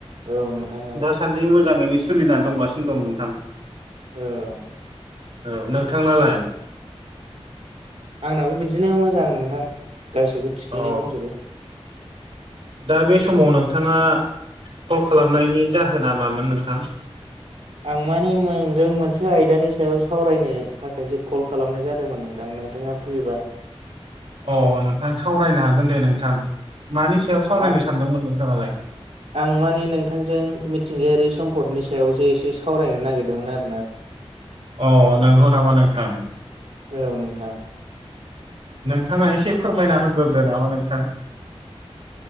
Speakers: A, on the right; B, on the right.
A: औ नोंथां औ
B: दासान्दि मोजाङैनो सोलिना दंगासिनो दं नोंथां।
A: औ।
B: औ नोंथांनालाय?
A: आंनाबो बिदिनो मोजां नोंथां गासिबो थिखैनो
B: अ
A: दंजोबो
B: दा बे समाव नोंथाङा कल खालामनायनि जाहोना मामोन नोंथां?
A: आं माने नोंजों मोनसे आयदानि सायाव सावरायनो थाखायसो कल खालामनाय जादोंमोन नोंथां नोंथाङा फ्रिबा
B: अ नोंथां सावरायनो हागोन दे नोंथां मानि सायाव सावरायनो
A: आं
B: सानदोंमोन नोंथाङालाय?
A: आं माने नोंथांजों मिथिंगायारि सम्पदनि सायावसो एसे सावरायनो नागिरदोंमोन आरो
B: अ नंगौ नामा नोंथां?
A: औ नोंथां।
B: नोंथाङा एसे फोरमायना होग्रोदो नामा नोंथां।